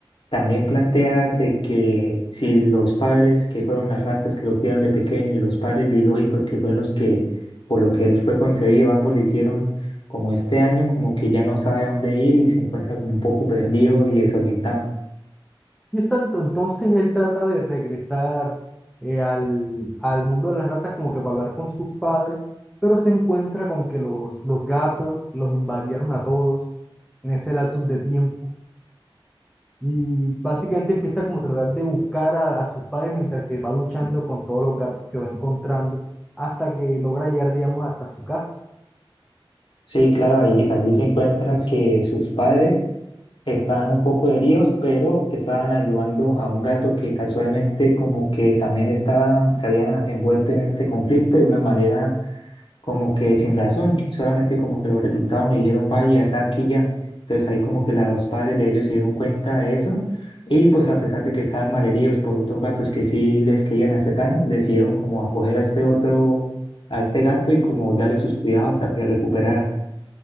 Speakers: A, on the left; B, in the centre.
A: también plantea de que si los padres que fueron las ratas que lo criaron de pequeño y los padres biológicos que fueron los que por lo que él fue concebido, ambos le hicieron como este año, como que ya no sabe a dónde ir y se encuentra como un poco perdido y desorientado.
B: Sí, exacto. Entonces él trata de regresar eh, al, al mundo de las ratas como que para hablar con sus padres, pero se encuentra con que los, los gatos los invadieron a todos en ese lapsus de tiempo. Y básicamente empieza como a tratar de buscar a, a sus padres mientras que va luchando con todos los gatos que va encontrando hasta que logra llegar, digamos, hasta su casa.
A: Sí, claro, ahí- allí se encuentra que sus padres estaban un poco heridos, pero estaban ayudando a un gato que casualmente como que también estaba, se había envuelto en este conflicto de una manera como que sin razón, solamente como que lo reclutaron y dijeron, vaya, ataque y ya. Entonces ahí como que la- los padres de ellos se dieron cuenta de eso y pues a pesar de que estaban malheridos por otros gatos que sí les querían hacer daño, decidieron como acoger a este otro, a este gato y como darle sus cuidados hasta que recuperara.